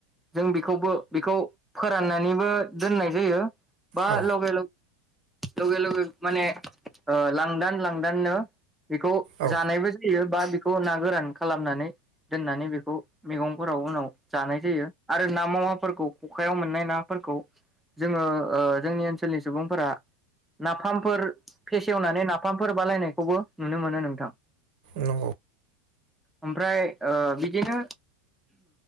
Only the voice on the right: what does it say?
औ
औ
नंगौ।